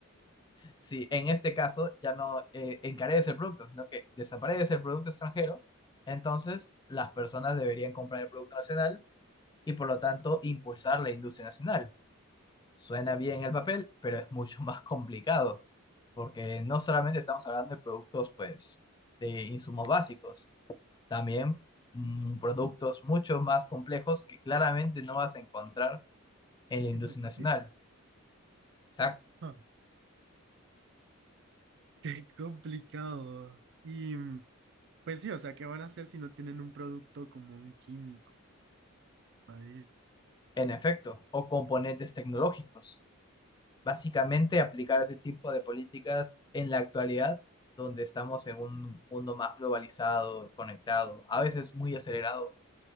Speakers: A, on the left (about 20°); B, on the right (about 60°).
A: Si en este caso ya no eh, encarece el producto, sino que desaparece el producto extranjero, entonces las personas deberían comprar el producto nacional y por lo tanto impulsar la industria nacional. Suena bien el papel, pero es mucho más <laughs> complicado, porque no solamente estamos hablando de productos, pues, de insumos básicos, también mm, productos mucho más complejos que claramente no vas a encontrar en la industria
B: en tu
A: nacional.
B: país.
A: Exacto.
B: Ah, <laughs> Qué complicado. Y mm, pues sí, o sea, ¿qué van a hacer si no tienen un producto como un químico ahí?
A: En efecto, o componentes tecnológicos básicamente aplicar ese tipo de políticas en la actualidad, donde estamos en un mundo más globalizado, conectado, a veces muy acelerado,